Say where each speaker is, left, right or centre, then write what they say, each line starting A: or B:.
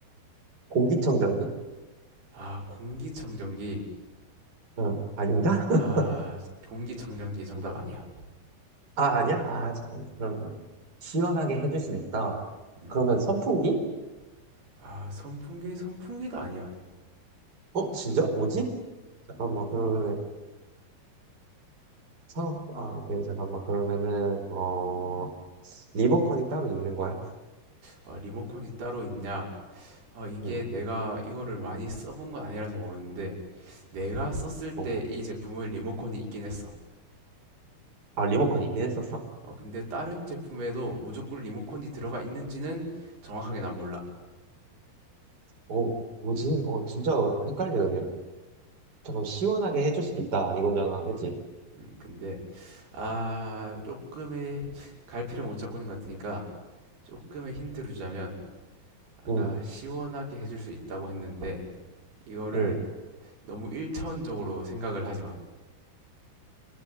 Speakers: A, on the right; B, on the right.
A: 공기청정기?
B: 아, 공기청정기.
A: 응. 아닌가?
B: 아,
A: <laughs>
B: 공기청정기 정답 아니야.
A: 아, 아니야? 아, 잠깐만. 그러면 시원하게 해줄 수 있다.
B: 음.
A: 그러면 선풍기?
B: 아, 선풍기, 선풍기도 아니야.
A: 어, 진짜? 뭐지? 잠깐만, 그러면 사업, 아, 오케이, 잠깐만. 그러면은, 어, 리모컨이 따로 있는 거야?
B: 어, 리모컨이 따로 있냐? 어, 이게
A: 응.
B: 내가 이거를 많이 써본 건 아니라서 모르는데, 내가 썼을 때
A: 어.
B: 이 제품은 리모컨이 있긴 했어.
A: 아, 리모컨이 있긴 했었어?
B: 어, 근데 다른 제품에도 무조건 리모컨이 들어가 있는지는 정확하게 난 몰라.
A: 어, 뭐지? 어, 진짜 헷갈리는데? 잠깐 시원하게 해줄 수도 있다, 이거잖아, 그치?
B: 음, 근데, 아, 조금의 갈피를 못 잡고 있는 것 같으니까, 조금의 힌트를 주자면, 아까
A: 응,
B: 시원하게 해줄 수 있다고 했는데, 이거를
A: 응.
B: 너무 일차원적으로 생각을 하지 마.